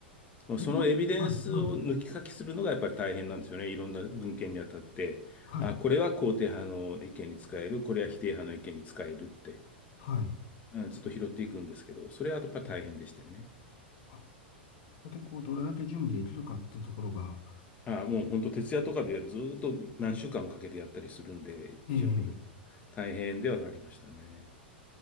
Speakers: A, on the left; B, on the left.
A: もうそのエビデンスを抜き書きするのがやっぱり大変なんですよね。
B: ー、今、はい、はい、
A: いろんな文献にあたって。
B: はい、
A: あ、これは肯定派の意見に使える、これは否定派の意見に使えるって、
B: はい。
A: うん、ずっと拾っていくんですけど、それはやっぱり大変でしたよね。
B: うんあそこで、こう、どれだけ準備できるかっていうところが、
A: あ、もう本当徹夜とかでずーっと何週間もかけてやったりするんで、
B: ええ
A: 準備を。大変ではありましたね。